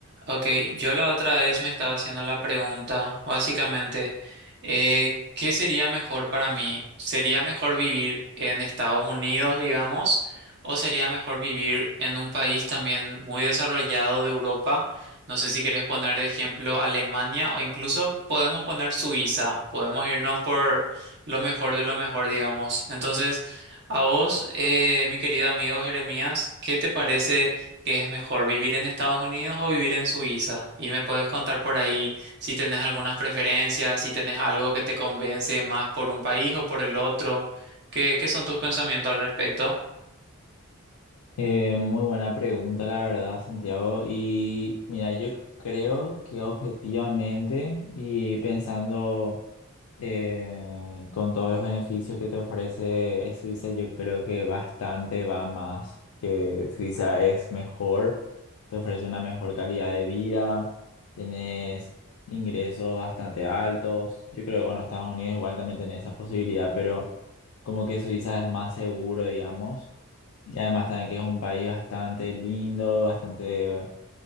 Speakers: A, on the right (about 50°); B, on the left (about 75°).
A: Ok, yo la otra vez me estaba haciendo la pregunta, básicamente, eh, ¿qué sería mejor para mí? ¿Sería mejor vivir en Estados Unidos, digamos, o sería mejor vivir en un país también muy desarrollado de Europa? No sé si querés poner de ejemplo Alemania o incluso podemos poner Suiza, podemos irnos por lo mejor de lo mejor, digamos. Entonces, a vos, eh, mi querido amigo Jeremías, ¿qué te parece? ¿Qué es mejor, vivir en Estados Unidos o vivir en Suiza? Y me puedes contar por ahí si tenés algunas preferencias, si tenés algo que te convence más por un país o por el otro. ¿Qué, qué son tus pensamientos al respecto?
B: Eh, muy buena pregunta, la verdad, Santiago. Y mira, yo creo que objetivamente y pensando eh, con todos los beneficios que te ofrece Suiza, yo creo que bastante va más, que Suiza es mejor, te ofrece una mejor calidad de vida, tenés ingresos bastante altos. Yo creo que, bueno, Estados Unidos igual también tenés esa posibilidad, pero como que Suiza es más seguro, digamos. Y además también que es un país bastante lindo, bastante...